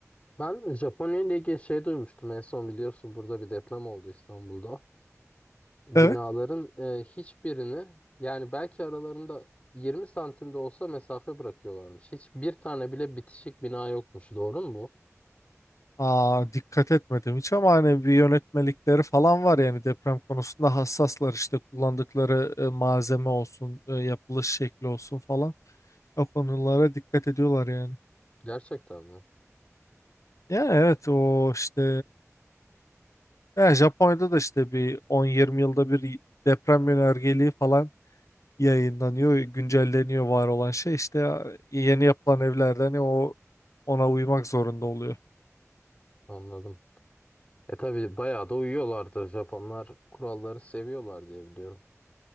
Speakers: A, on the left (about 25°); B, on the left (about 70°).
A: Ben Japonya ile ilgili şey duymuştum en son biliyorsun burada bir deprem oldu İstanbul'da. Binaların
B: Evet.
A: e, hiçbirini yani belki aralarında 20 santim de olsa mesafe bırakıyorlarmış. Hiçbir tane bile bitişik bina yokmuş. Doğru mu bu?
B: Aa, dikkat etmedim hiç ama hani bir yönetmelikleri falan var yani deprem konusunda hassaslar işte kullandıkları e, malzeme olsun, e, yapılış şekli olsun falan. O konulara dikkat ediyorlar yani.
A: Gerçekten mi?
B: Ya evet o işte ya Japonya'da da işte bir on yirmi yılda bir deprem yönergeliği falan yayınlanıyor, güncelleniyor var olan şey işte ya, yeni yapılan evlerde hani o ona uymak zorunda oluyor.
A: Anladım. E tabii bayağı da uyuyorlardır. Japonlar kuralları seviyorlar diye biliyorum.